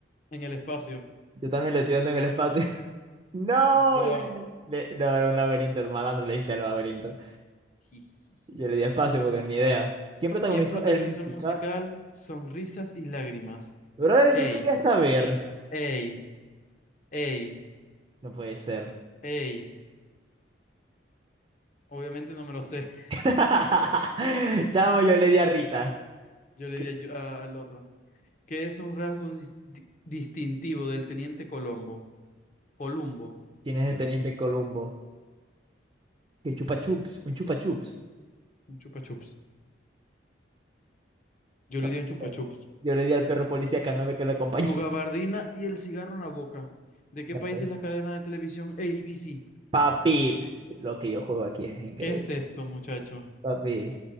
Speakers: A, on the left (about 45°); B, on the right (about 25°).
A: en el espacio.
B: Yo también le estoy dando en el espacio. <laughs> No,
A: Bro.
B: le- le- no, era un laberinto, el malandro le diste al laberinto.
A: <laughs>
B: Yo le di espacio porque ni idea. ¿Quién protagonizó
A: ¿Quién protagonizó
B: el musical?
A: el musical Sonrisas y Lágrimas?
B: Brother,
A: Ey,
B: ¿yo qué voy a saber?
A: ey, ey,
B: No puede ser.
A: ey. Obviamente no me lo sé. <laughs>
B: <laughs> Chamo, yo le di a Rita.
A: Yo le
B: ¿Qué-
A: di a yo- a- al otro. ¿Qué es un rasgo dis- di- distintivo del teniente Colombo? Columbo.
B: ¿Quién
A: ¿Qué?
B: es el teniente Columbo? ¿Qué chupa chups? ¿Un chupa chups?
A: Un chupa chups. Yo
B: No
A: le di un chupa chups.
B: Yo le di al perro policía Canove que lo acompañó.
A: Su gabardina
B: <laughs>
A: y el cigarro en la boca. ¿De qué
B: No,
A: país
B: pues.
A: es la cadena de televisión ABC?
B: Papi, lo que yo juego aquí es increíble.
A: ¿Qué es esto, muchacho?
B: Papi,